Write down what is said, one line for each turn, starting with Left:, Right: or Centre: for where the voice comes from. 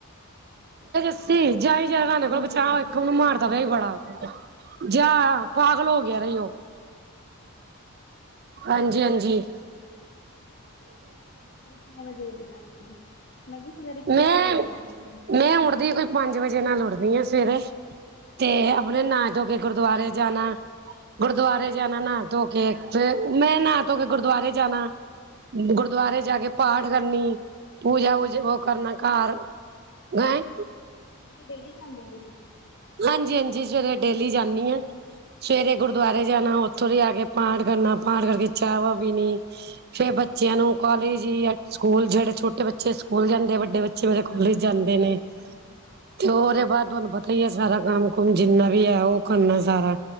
Right: ਸੀ ਜਾ ਈ ਜ ਰਾਨੇ
Left: ਕਿੰਨੇ
Right: ਕੋਲ ਬੱਚਾ
Left: ਵਜੇ ਉੱਠਦੇ
Right: ਇੱਕ
Left: ਹੋ
Right: ਉਹਨੂੰ
Left: ਸਵੇਰੇ
Right: ਮਾਰਦਾ ਪਿਆ ਹੀ ਬੜਾ ਜਾ ਪਾਗਲ ਹੋ ਗਿਆ ਦਾ ਈ ਉਹ ਹਾਂਜੀ-ਹਾਂਜੀ।
Left: ਕਿੰਨੇ ਵਜੇ ਉੱਠਦੇ ਹੋ ਤੁਸੀਂ, ਮੈਂ ਕੀ ਸਵੇਰੇ ਕਿੰਨੇ
Right: ਮੈਂ
Left: ਵਜੇ ਉੱਠਦੇ ਹੋ ਤੁਸੀਂ
Right: ਮੈਂ ਉੱਠਦੀ ਕੋਈ ਪੰਜ ਵਜੇ ਨਾਲ ਉੱਠਦੀ ਹਾਂ। ਸਵੇਰੇ ਤੇ ਆਪਨੇ ਨਾਹ ਧੋ ਕੇ ਗੁਰਦੁਆਰੇ ਜਾਨਾ ਗੁਰਦੁਆਰੇ ਜਾਨਾ ਨਾਹ ਧੋ ਕੇ ਫਿਰ ਮੈਂ ਨਾ ਧੋ ਕੇ ਗੁਰਦੁਆਰੇ ਜਾਨਾ, ਗੁਰਦੁਆਰੇ ਜਾ ਕੇ ਪਾਠ ਕਰਨੀ ਪੂਜਾ ਊਜਾ ਉਹ ਕਰਨਾ ਘਰ, ਗਏ।
Left: ਮੈਂ ਕਿਹਾ ਡੇਲੀ ਜਾਂਦੇ ਓ ਤੁਸੀਂ?
Right: ਹਾਂਜੀ-ਹਾਂਜੀ ਸਵੇਰੇ ਡੇਲੀ ਜਾਨੀ
Left: ਅੱਛਾ
Right: ਆ। ਸਵੇਰੇ ਗੁਰਦੁਆਰੇ ਜਾਣਾ ਉੱਥੋਂ ਦੀ ਆ ਕੇ ਪਾਠ ਕਰਨਾ, ਪਾਠ ਕਰਕੇ ਚਾਹ ਵਾ ਪੀਣੀ। ਫ਼ਿਰ ਬੱਚਿਆਂ ਨੂੰ ਕਾਲਜ ਜਾਂ ਸਕੂਲ ਜਿਹੜੇ ਛੋਟੇ ਬੱਚੇ ਸਕੂਲ ਜਾਂਦੇ ਵੱਡੇ ਬੱਚੇ ਚੇ ਮੇਰੇ
Left: ਹਾਂਜੀ
Right: ਕੋਲਜ ਜਾਂਦੇ ਨੇ
Left: ਹਾਂਜੀ ਹਾਂਜੀ।
Right: ਤੇ ਉਹਦੇ ਬਾਅਦ ਤੁਹਾਨੂੰ ਪਤਾ ਈ ਏ ਸਾਰਾ ਕੰਮ ਹੁਕਮ ਜਿੰਨਾ ਵੀ ਆ ਉਹ ਕਰਨਾ ਸਾਰਾ,